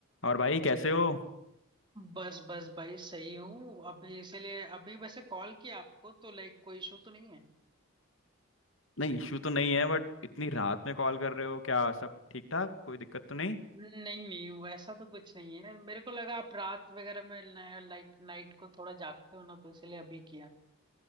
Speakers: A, on the left; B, on the right.
A: और भाई कैसे हो
B: बस बस भाई सही हूँ अभी इसीलिए अभी वैसे कॉल किया आपको तो लाइक कोई इशू तो नहीं है
A: नहीं इशू तो नहीं है बट इतनी रात में कॉल कर रहे हो क्या सब ठीक ठाक कोई दिक्कत तो नहीं
B: नहीं नहीं वैसा तो कुछ नहीं है मेरे को लगा आप रात वगैरह में लाइक नाइट को थोड़ा जागते हो ना तो इसीलिए अभी किया